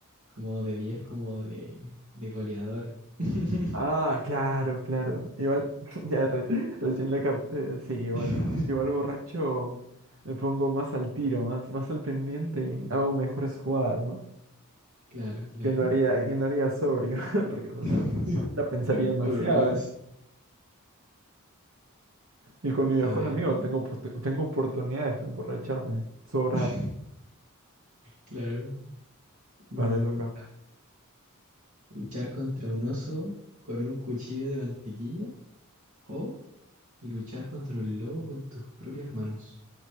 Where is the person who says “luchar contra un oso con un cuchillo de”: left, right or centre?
Right